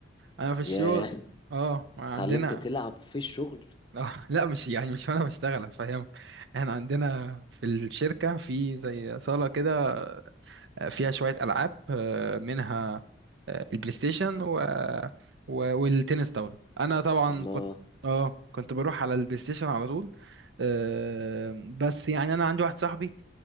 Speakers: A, on the right; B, on the left.
A: انا في الشغل
B: ياه
A: اه عندنا
B: اتعلمت تلعب
A: <laughs>
B: في الشغل
A: آه لا مش يعني مش وانا بشتغل افهمك احنا عندنا في الشركة في زي صالة كده فيها شوية ألعاب آه، منها آه، البلاي ستيشن و... و... والتنس طاولة أنا طبعا
B: الله
A: كنت اه كنت بروح على البلاي ستيشن على طول آه، بس يعني أنا عندي واحد صاحبي